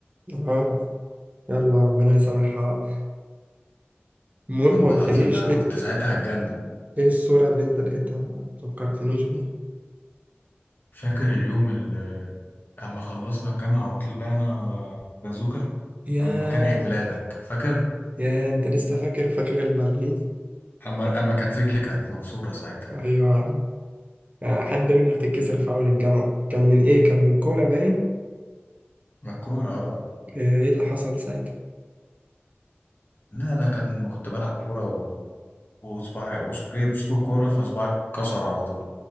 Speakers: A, on the right; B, on the left.
A: اه يلا ربنا يسامحها المهم
B: والله
A: ما قلتليش
B: العظيم ده أنا
A: ايه
B: كنت
A: ايه
B: ساعتها هتجنن
A: إيه الصورة اللي انت لقيتها ما فكرتنيش بيها
B: فاكر اليوم اللي اما خلصنا الجامعة وطلعنا بازوكا
A: ياه
B: لما كان عيد ميلادك فاكر
A: يا انت لسه فاكر فاكر البالين
B: اما اما كانت رجلي كانت مكسورة ساعتها
A: ايوه آه، حد رجله تتكسر في اول الجامعة كان من ايه كان من كورة باين
B: ما الكورة اه
A: آه، ايه اللي حصل ساعتها
B: لا لا كان ما كنت بلعب كورة و... وصباعي وصباعي بصوت الكورة فصباعي اتكسر على طول